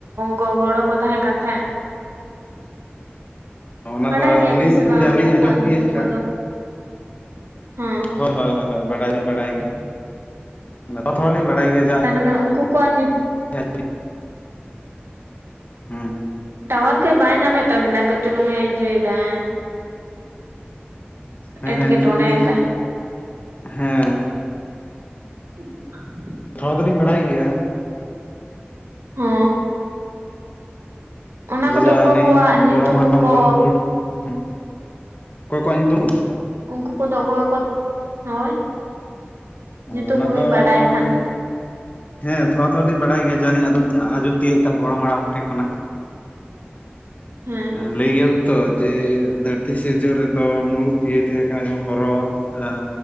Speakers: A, on the right; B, on the left.
A: ᱜᱚ ᱜᱚᱲᱚ ᱠᱚ ᱛᱟᱦᱮᱸ ᱠᱟᱱ ᱛᱟᱦᱮᱸᱫᱼᱼ
B: ᱚᱱᱟ
A: ᱵᱟᱰᱟᱭ
B: ᱫᱚ
A: ᱜᱮᱭᱟᱵᱤᱱ
B: ᱟᱹᱞᱤᱧ
A: ᱥᱮ ᱵᱟᱝ
B: ᱡᱟᱞᱤᱧ
A: ᱩᱱᱠᱩ
B: ᱟᱸᱡᱚᱢ
A: ᱠᱚᱣᱟᱜ ᱧᱩᱛᱩᱢ
B: ᱛᱤᱭᱳᱜ ᱠᱟᱜ
A: ᱠᱚᱫᱚ ᱦᱮᱸ᱾
B: ᱦᱳᱭ ᱦᱳᱭ ᱦᱳᱭ ᱵᱟᱰᱟᱭ ᱞᱤᱧ ᱵᱟᱰᱟᱭ ᱜᱮᱭᱟ ᱱᱚᱝᱠᱟ ᱛᱷᱚᱲᱟ ᱛᱷᱚᱲᱟ ᱞᱤᱧ ᱵᱟᱲᱟᱭ ᱜᱮᱭᱟ᱾
A: ᱛᱟᱦᱚᱞᱮ ᱢᱟ ᱩᱱᱠᱩ ᱠᱚᱣᱟᱜ ᱧᱩᱛᱩᱢ᱾
B: ᱦᱮᱸ <inaudible> ᱦᱮᱸ
A: ᱴᱟᱣᱟᱨ ᱠᱟᱹᱡ ᱵᱟᱭ ᱧᱟᱢᱮᱫ ᱛᱟᱵᱤᱱᱟ ᱠᱟᱹᱡ ᱪᱩᱞᱩᱝ ᱮ ᱤᱡᱟᱹᱭᱮᱫᱟᱭ᱾
B: ᱦᱮᱸ
A: ᱮᱴᱠᱮᱴᱚᱬᱮᱭᱮᱫᱟ
B: ᱦᱮᱸ ᱱᱤᱛ ᱦᱮᱸ,
A: <unintelligible>
B: ᱛᱷᱚᱲᱟ ᱫᱚᱞᱤᱧ ᱵᱟᱲᱟᱭ ᱜᱮᱭᱟ᱾
A: ᱦᱮᱸ, ᱚᱱᱟ
B: ᱡᱮᱡᱟ
A: ᱠᱚᱫᱚ ᱚᱠᱚᱭ
B: ᱟᱹᱞᱤᱧ
A: ᱠᱚᱣᱟᱜ ᱧᱩᱛᱩᱢ
B: ᱜᱚᱲᱚᱢ ᱦᱟᱲᱟᱢ
A: ᱠᱚ
B: ᱜᱚᱲᱚᱢ ᱵᱩᱲ, ᱦᱩᱸ ᱚᱠᱚᱭ ᱠᱚᱭᱟᱜ ᱧᱤᱛᱩᱢ
A: ᱩᱱᱠᱩ ᱠᱚᱫᱚ ᱚᱠᱚᱭ ᱠᱚᱫ ᱦᱳᱭ᱾
B: ᱦᱚᱸ
A: ᱧᱩᱛᱩᱢ
B: ᱚᱱᱟ
A: ᱠᱚᱵᱤᱱ
B: ᱫᱚ
A: ᱵᱟᱰᱟᱭ
B: ᱢᱟᱱᱮ,
A: ᱠᱷᱟᱱ
B: ᱦᱮᱸ ᱛᱷᱚᱲᱟ ᱛᱷᱚᱲᱟ ᱞᱤᱧ ᱵᱟᱰᱟᱭ ᱜᱮᱭᱟ ᱡᱟᱞᱤᱧ ᱟᱸᱫᱚᱢ ᱟᱸᱡᱚᱢ ᱛᱤᱭᱳᱜ ᱠᱟᱜ ᱜᱚᱲᱚᱢ ᱦᱟᱲᱟᱢ ᱴᱷᱮᱜ ᱠᱷᱚᱱᱟᱜ᱾
A: ᱦᱮᱸ,
B: ᱞᱟᱹᱭ ᱜᱮᱭᱟ ᱠᱚ ᱛᱚ ᱡᱮ ᱫᱷᱟᱹᱨᱛᱤ ᱥᱤᱨᱡᱟᱹᱣ ᱨᱮᱫᱚ ᱢᱩᱲᱩᱛ ᱛᱤᱭᱳ ᱛᱟᱦᱮᱸ ᱠᱟᱱᱟ ᱡᱮᱢᱚᱱ ᱦᱚᱨᱚ᱾ ᱮᱸ